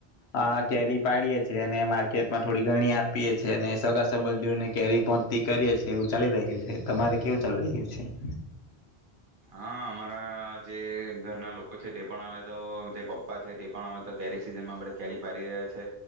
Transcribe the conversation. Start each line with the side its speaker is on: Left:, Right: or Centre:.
Left: આ કેરી પાડીએે છીએ અને માર્કેટમાં થોડી ગણી આપીએ છીએ અને સગા સંબંધીઓને કેરી પહોચતી કરીએ છીએ એવું ચાલી રહ્યું છે તમારે કેવું ચાલી રહ્યું છે?
Right: હા અમારા જે ઘરના લોકો છે તે પણ આવે તો જે પપ્પા છે તે પણ આવે તો કેરી સિઝનમાં અમણે કેરી પાડી રહ્યા છે,